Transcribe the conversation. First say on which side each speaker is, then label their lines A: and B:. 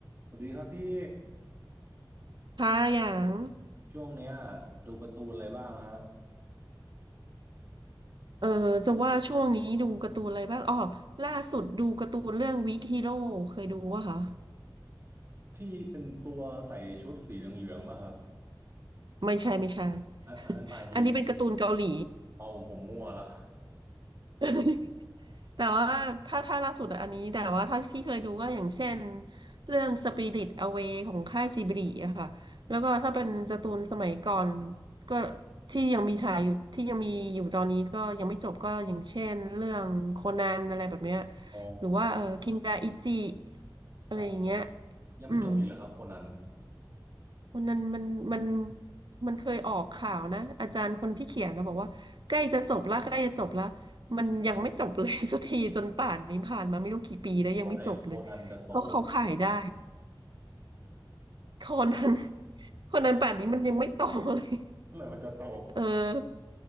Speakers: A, on the right (about 30°); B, on the right (about 60°).
A: สวัสดีครับพี่
B: ค่ะอย่าง
A: ช่วงเนี้ยดูการ์ตูนอะไรบ้างฮะ
B: เออจะว่าช่วงนี้ดูการ์ตูนอะไรบ้าง อ๋อ ล่าสุดดูการ์ตูนเรื่องวิกฮีโร่เคยดูวะคะ
A: ที่เป็นตัวใส่ชุดสีเหลืองๆป่ะครับ
B: ไม่ใช่ไม่ใช่
A: อันอันนั้นมาฮีโร่
B: <laughs> อันนี้เป็นการ์ตูนเกาหลี
A: เอาผมมั่วละ
B: <laughs> แต่ว่าถ้าถ้าล่าสุดอันนี้แต่ว่าถ้าที่เคยดูก็อย่างเช่นเรื่อง Spirit Away ของค่ายจิบลิอะค่ะแล้วก็ถ้าเป็นการ์ตูนสมัยก่อนก็ที่ยังมีฉายอยู่ที่ยังมีอยู่ตอนนี้ก็ยังไม่จบก็อย่างเช่นเรื่องโคนันอะไรแบบเนี้ย
A: อ๋อ
B: หรือว่าเออคินดาอิจิอะไรอย่างเงี้ย
A: ครับยังไม่จบอีกเหรอครับโคนัน
B: อืม วันนั้นมันมันมันเคยออกข่าวนะอาจารย์คนที่เขียนนะบอกว่าใกล้จะจบละใกล้จะจบละมันยังไม่จบเลย <laughs> สักทีจนป่านนี้ผ่านมาไม่รู้กี่ปีแล้วยังไม่จบเลย
A: เมื่อไหร่โคนันจะโต
B: เขาเขาขายได้คนนั้นคนนั้นป่านนี้มันยังไม่โตเลย
A: เมื่อไหร่มันจะโต
B: เออ